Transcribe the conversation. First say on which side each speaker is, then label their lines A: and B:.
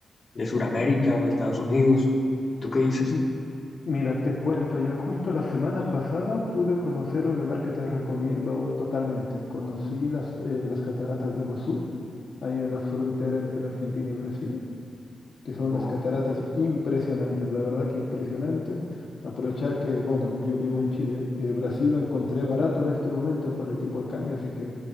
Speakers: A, on the left (about 35°); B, on the left (about 60°).
A: de Sudamérica o de Estados Unidos. ¿Tú qué dices?
B: <laughs> Mira, te cuento, yo justo la semana pasada pude conocer un lugar que te recomiendo totalmente. Conocí las, eh, las cataratas de Iguazú, ahí en la frontera entre Argentina y Brasil que
A: Aunque
B: son unas
A: bueno,
B: cataratas impresionantes, la verdad que impresionante. Aprovechar que, bueno, yo vivo en Chile, eh, Brasil lo encontré barato en este momento por el tipo de cambio, así que